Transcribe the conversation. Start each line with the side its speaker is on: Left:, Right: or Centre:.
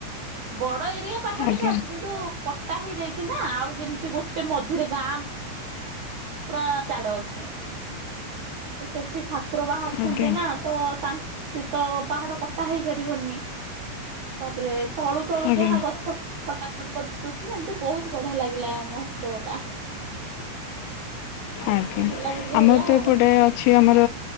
Right: ବଡ ଏରିଆ ପାହାଡଟା
Left: ଆଜ୍ଞା।
Right: ଅଛି କିନ୍ତୁ କଟା ହେଇଯାଇଚି ନା। ଆଉ ଯେମିତି ଗୋଟେ ମଝିରେ ଗାଁ <unintelligible> ଅଛି। ତ ସେଠି ଠାକୁର ବାହାରିଛନ୍ତି
Left: ଆଜ୍ଞା
Right: ନା। ତ ତାଙ୍କ ସେତ ପାହାଡ କଟା ହେଇପାରିବନି। ତାପରେ ତଳୁ ତଳୁ
Left: ଆଜ୍ଞା।
Right: ଯାହା ଗଛ କଟାକଟି କରିଦଉସନ୍ତି। ଏମିତି ବହୁତ ବଢିଆ ଲାଗିଲା ମହୋତ୍ସବ ଟା। ଆଉ
Left: ଆଜ୍ଞା।
Right: ଏମିତି ବୁଲାବୁଲି
Left: ଆମର
Right: ହେଲା
Left: ତ
Right: ଆଉ
Left: ଏପଟେ ଅଛି ଆମର